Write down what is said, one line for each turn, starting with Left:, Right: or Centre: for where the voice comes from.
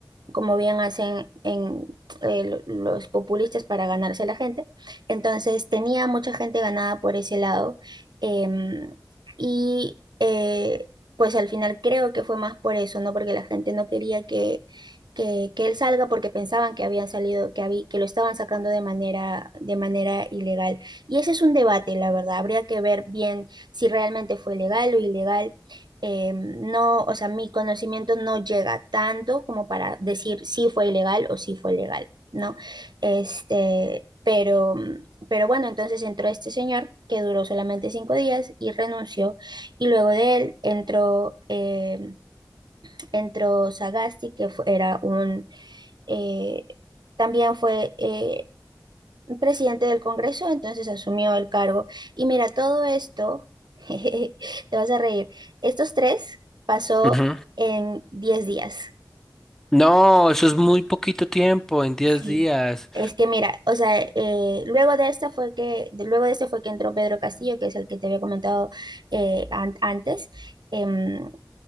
Right: como bien hacen en, eh, lo- los populistas para ganarse a la gente. Entonces tenía mucha gente ganada por ese lado. em, y eh, pues al final creo que fue más por eso, ¿no? Porque la gente no quería que... Que, que él salga porque pensaban que habían salido, que, habí- que lo estaban sacando de manera, de manera ilegal. Y ese es un debate, la verdad. Habría que ver bien si realmente fue legal o ilegal. Eh, no, o sea, mi conocimiento no llega tanto como para decir si fue ilegal o si fue legal, ¿no? Este, pero, pero bueno, entonces entró este señor que duró solamente cinco días y renunció. Y luego de él entró, eh, entró Sagasti, que fue- era un... eh, también fue, eh, presidente del Congreso, entonces asumió el cargo. Y mira, todo esto, <laughs> jejeje, te vas a reír, estos tres pasó
Centre: Ujú.
Right: en 10 días.
Centre: No, eso es muy poquito tiempo, en diez
Right: Sí,
Centre: días.
Right: es que mira, o sea, eh, luego de esta fue que, de- luego de este fue que entró Pedro Castillo, que es el que te había comentado eh, an- antes. em,